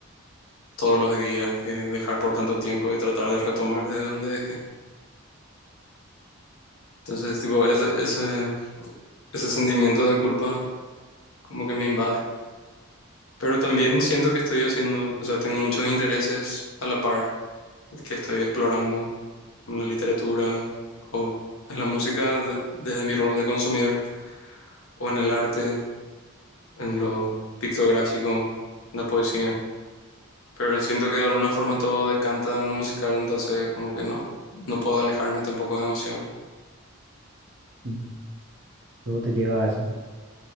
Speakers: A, on the left; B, on the right.
A: todos los días que dejar por tanto tiempo y tratar de retomar desde donde dejé. Entonces, tipo, ese, ese, ese sentimiento de culpa como que me invade. Pero también siento que estoy haciendo, o sea, tengo muchos intereses a la par que estoy explorando en la literatura o en la música de- desde mi rol de consumidor o en el arte, en lo pictográfico, en la poesía. pero siento que de alguna forma todo decanta en lo musical, entonces como que no, no puedo alejarme tampoco demasiado.
B: Mm. Todo te lleva a eso.